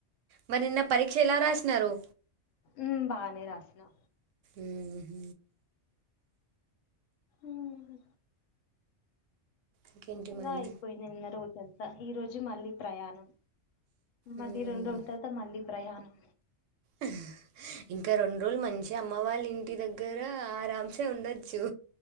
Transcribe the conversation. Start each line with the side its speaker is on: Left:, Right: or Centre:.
Right: మరి నిన్న పరీక్ష ఎలా రాసినారు
Left: ఉ బానే రాసిన్
Right: ఊహూ
Left: ఉహు
Right: ఇంకేంటి
Left: అలా
Right: మరి
Left: అయిపోయింది నిన్న రోజంతా ఈ రోజు మళ్ళీ ప్రయాణం మళ్ళీ
Right: మ్మ్.
Left: రెండు రోజుల తర్త మళ్ళీ ప్రయాణం
Right: అ ఇంకా రెండు రోజులు మంచి అమ్మ వాళ్ళ ఇంటి దగ్గర ఆరామ్సే ఉండొచ్చు